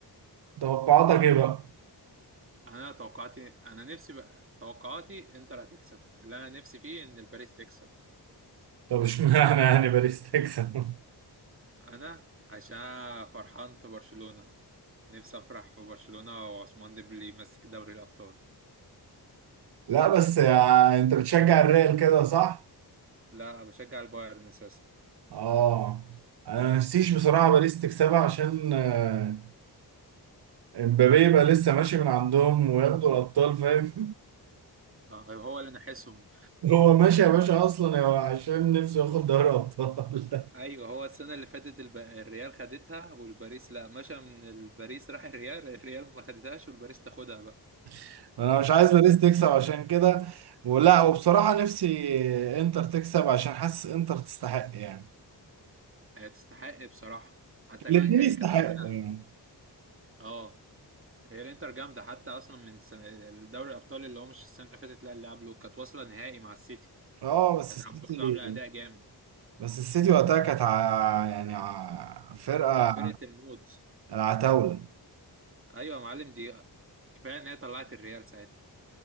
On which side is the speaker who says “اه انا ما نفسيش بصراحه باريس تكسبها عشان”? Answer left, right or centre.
Right